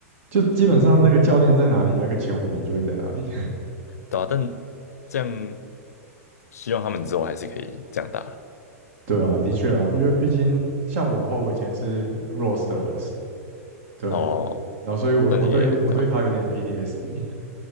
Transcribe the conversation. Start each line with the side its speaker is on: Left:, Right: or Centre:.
Right: 就基本上那个教练在哪里，那个前五名就会在哪里。
Left: 对吧？但这样希望他们之后还是可以这样打
Right: 对啊，的确啊，因为毕竟像我的话，我以前是 Rose 的粉丝，对，
Left: 哦，
Right: 然后所以我我对我对他有点
Left: 但你也对吧、
Right: p d s d